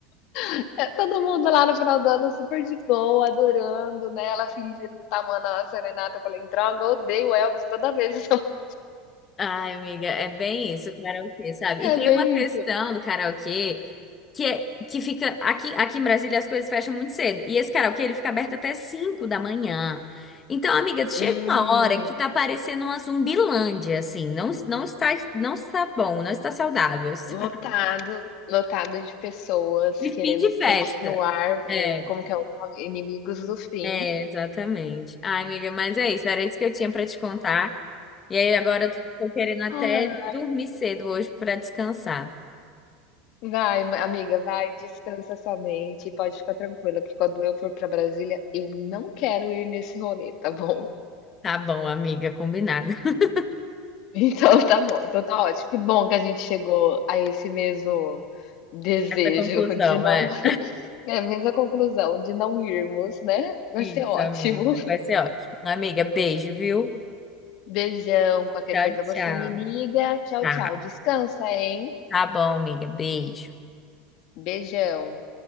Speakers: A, on the left; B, on the left.
A: <laughs> todo mundo lá no final do ano super de boa, adorando, né, ela fingindo que tá amando a serenata, eu falei: "Droga, eu odeio Elvis toda vez". <laughs>
B: Ai, amiga, é bem isso, o karaokê, sabe?
A: É
B: E tem
A: bem
B: uma questão
A: isso.
B: do karaokê que é que fica aqui, aqui em Brasília as coisas fecham muito cedo. E esse karaokê ele fica aberto até 5 da manhã. Então, amiga, chega
A: Hum.
B: uma hora que tá parecendo uma zumbilândia, assim, não, não está não está bom, não está saudável. <laughs> sabe?
A: Lotado, lotado de pessoas
B: De
A: querendo
B: fim de festa.
A: continuar, eh,
B: É,
A: como que é o nome? Inimigos do fim.
B: é, exatamente. Ai, amiga, mas é isso, era isso que eu tinha pra te contar. E aí agora eu tô tô querendo até
A: Ah,
B: dormir cedo hoje pra descansar.
A: vai ma- amiga, vai, descansa sua mente e pode ficar tranquila que quando eu for para Brasília, eu não quero ir nesse rolê, tá bom?
B: Tá bom, amiga, combinado. <laughs>
A: <laughs> Então tá bom, então tá ótimo. Que bom que a gente chegou a esse mesmo desejo
B: Essa conclusão,
A: de não
B: é.
A: <laughs> é a mesma conclusão, de não irmos, né? Vai
B: Isso,
A: ser ótimo.
B: amiga. Vai ser ótimo. Amiga, beijo, viu?
A: Beijão, qualquer
B: Tchau,
A: coisa
B: tchau.
A: você me liga. Tchau,
B: Tá,
A: tchau. Descansa, hein?
B: tá bom, amiga. Beijo.
A: Beijão.